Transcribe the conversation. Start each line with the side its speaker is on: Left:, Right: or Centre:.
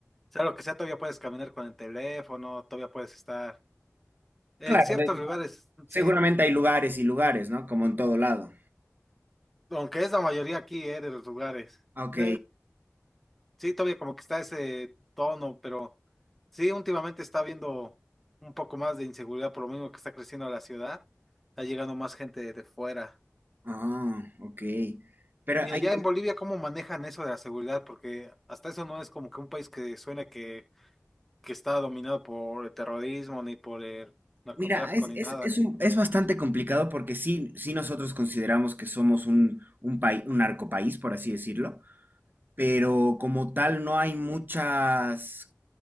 Centre: sea lo que sea, todavía puedes caminar con el teléfono, todavía puedes estar en
Right: Claro,
Centre: ciertos
Right: de-
Centre: lugares,
Right: seguramente
Centre: sí.
Right: hay lugares y lugares, ¿no? Como en todo lado.
Centre: aunque es la mayoría aquí, eh, de los lugares.
Right: Ah, Ok,
Centre: De- sí, todavía como que está ese tono, pero sí, últimamente está habiendo un poco más de inseguridad por lo mismo que está creciendo la ciudad, está llegando más gente de fuera.
Right: ah, ok. Pero
Centre: Y
Right: hay-
Centre: allá en Bolivia, ¿cómo manejan eso de la seguridad? Porque hasta eso no es como que un país que suena que, que está dominado por el terrorismo, ni por el narcotráfico,
Right: mira, es,
Centre: ni
Right: es,
Centre: nada.
Right: es, un- es bastante complicado porque sí, sí nosotros consideramos que somos un, un país, un narcopaís, por así decirlo, pero como tal no hay muchas